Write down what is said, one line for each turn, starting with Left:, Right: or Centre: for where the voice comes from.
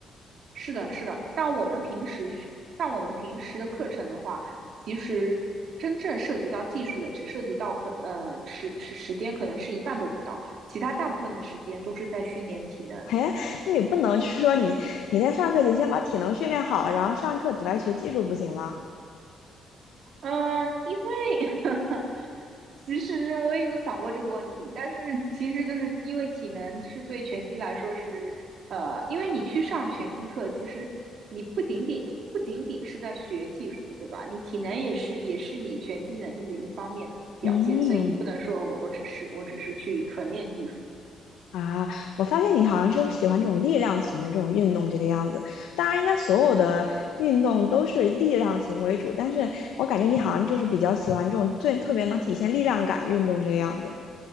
Right: 是的，是的，像我们平时像我们平时的课程的话，其实真正涉及到技术的，只涉及到可呃时时时间可能是一半都不到，其他大部分的时间都是在训练体能，
Left: 嘿，那你不能去说你你在上课前先把体能训练好了，然后上课只来学技术不行吗？
Right: 嗯，因为 <laughs> 其实我也有想过这个问题，但是其实就是因为体能是对拳击来说是，呃，因为你去上拳击课，其实你不仅仅不仅仅是在学技术，对吧？你体能也是也是你拳击能力的一方面的表现，
Left: 嗯
Right: 所以你不能说我我只是我只是去纯练技术。
Left: 啊，我发现你好像就是喜欢这种力量型的这种运动这个样子。当然，应该所有的运动都是力量型为主，但是我感觉你好像就是比较喜欢这种最特别能体现力量感的运动这个样子。